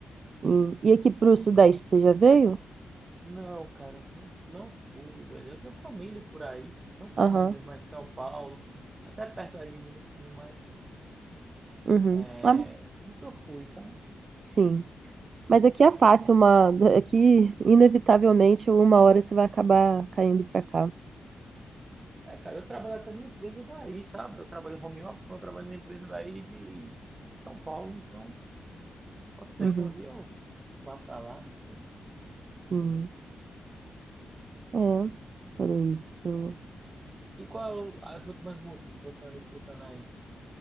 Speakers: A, on the right; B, on the right.
A: Sim. E aqui pro Sudeste, você já veio?
B: Não, cara, não, não fui, velho. Eu tenho família por aí, não por
A: Aham.
B: Minas, mas São Paulo, até perto aí de Minas tenho, mas
A: Uhum.
B: é,
A: Ah,
B: nunca fui, sabe?
A: sim. Mas aqui é fácil, uma... aqui inevitavelmente uma hora você vai acabar caindo pra cá.
B: É, cara, eu trabalho até numa empresa daí, sabe? Eu trabalho home office, mas eu trabalho numa empresa daí de São Paulo, então pode ser
A: Uhum.
B: que um dia eu vá pra lá, não sei.
A: Sim. É, por isso.
B: E qual é as últimas músicas que você anda escutando aí,